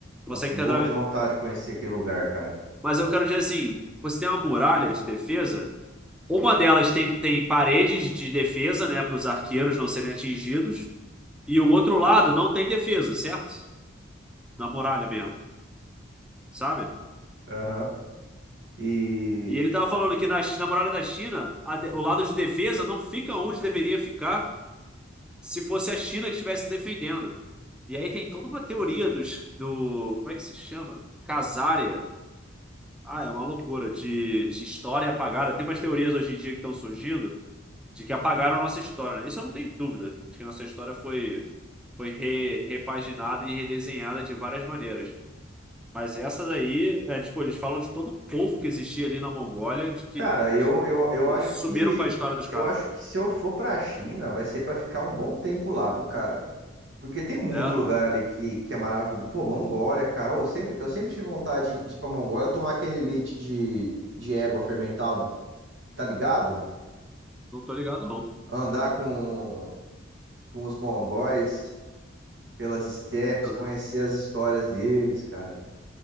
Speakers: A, in the centre; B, on the right (about 65°).
A: você
B: Nossa,
A: que
B: morro
A: tem atrave-
B: de vontade de conhecer aquele lugar, cara.
A: Mas eu quero dizer assim, você tem uma muralha de defesa, uma delas tem, tem paredes de defesa, né, para os arqueiros não serem atingidos, e o outro lado não tem defesa, certo? Na muralha mesmo, sabe?
B: Aham. E,
A: E ele tava falando que na, Chi- na muralha da China, a de- o lado de defesa não fica onde deveria ficar se fosse a China que estivesse defendendo. E aí tem toda uma teoria dos, do. Como é que se chama? Casária. Ah, é uma loucura de, de história apagada. Tem umas teorias hoje em dia que estão surgindo de que apagaram a nossa história, né? Isso eu não tenho dúvida, de que a nossa história foi, foi re- repaginada e redesenhada de várias maneiras. Mas essa daí, é, tipo, eles falam de todo um povo que existia ali na Mongólia, de que
B: cara, eu, eu, eu acho
A: subiram
B: que
A: com a história dos
B: eu
A: caras.
B: acho que se eu for pra China, vai ser pra ficar um bom tempo lá, viu, cara? Porque tem muito
A: É,
B: lugar ali que, que é maravilhoso. Pô, Mongólia, cara. Eu sempre, eu sempre tive vontade de ir pra Mongólia tomar aquele leite de, de égua fermentado, tá ligado?
A: não tô ligado, não.
B: Andar com, com os mongóis. pelas steps,
A: Ah,
B: conhecer as histórias deles, cara.